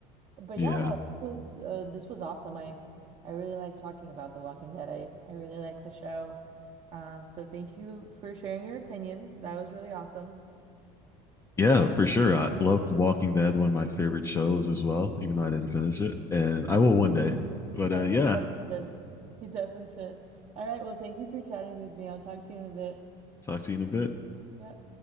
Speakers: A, on the right (about 40°); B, on the left (about 20°).
A: But
B: yeah
A: yeah, no, this was uh, this was awesome. I I really like talking about The Walking Dead. I I really like the show. Um, so thank you for sharing your opinions. That was really awesome.
B: yeah for sure i loved walking dead one of my favorite shows as well even though i didn't finish it and i will one day but
A: Yeah,
B: uh yeah
A: no, you definitely should. You definitely should. All right, well, thank you for chatting with me. I'll talk to you in a bit.
B: talk to you in a bit
A: Yep.